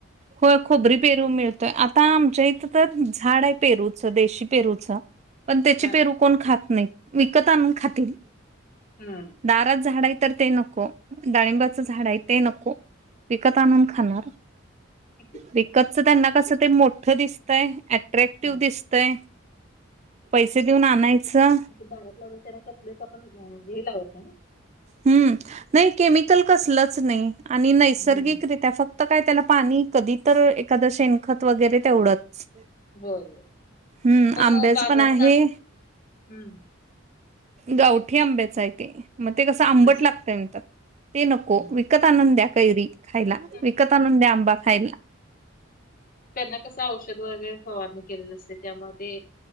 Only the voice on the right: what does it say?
होय खोबरी पेरू मिळतोय आता आमच्या इथं तर झाड आहे पेरूचं देशी पेरूचं पण त्याची
पेरू कोण खात नाहीत विकत आनून खातील
दारात झाड आहे तर ते नको डाळिंबाचं झाड आहे ते नको विकत आणनून खाणार
विकतच त्यांना कसं ते मोठं दिसतय अट्रॅक्टिव
दिसतय पैसे देऊन आणायचं
हम्म नाही केमिकल कसलंच नाही आणि नैसर्गिकरित्या
फक्त फक्त काय त्याला पाणी कधी तर एखाद शेणखत वगैरे तेवढंच
हम्म आंब्याच
पण आहे
गावठी आंब्याचा आहे ते मग ते कसं आंबट
लागतय म्हणतात ते नको
विकत आनून द्या कैरी खायला
विकत आनून द्या आंबा खायला